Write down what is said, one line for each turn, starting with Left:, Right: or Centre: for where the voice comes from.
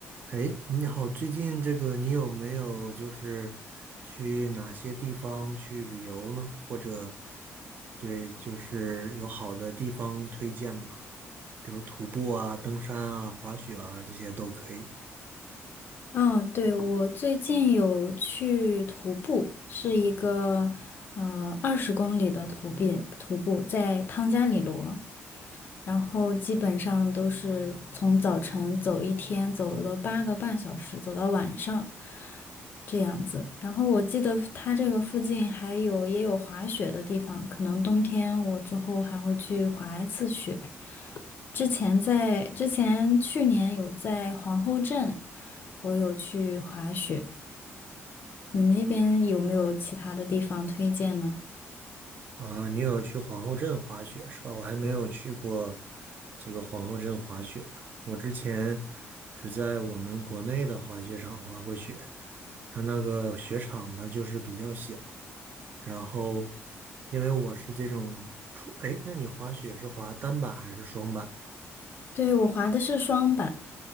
Right: 哎，你好，最近这个你有没有就是去哪些地方去旅游呢？或者对，就是有好的地方推荐吗？比如徒步啊、登山啊、滑雪啊，这些都可以。
Left: 嗯，对，我最近有去徒步，是一个呃二十公里的徒步，徒步在汤加里罗，然后基本上都是从早晨走一天，走了八个半小时，走到晚上。这样子。然后我记得它这个附近还有也有滑雪的地方，可能冬天我之后还会去滑一次雪。之前在之前去年有在皇后镇，我有去滑雪。你那边有没有其他的地方推荐呢？
Right: 啊，你有去皇后镇滑雪是吧？我还没有去过这个皇后镇滑雪呢。我之前只在我们国内的滑雪场滑过雪，它那个雪场它就是比较小。然后，因为我是这种初，哎，那你滑雪是滑单板还是双板
Left: 对，我滑的是双板，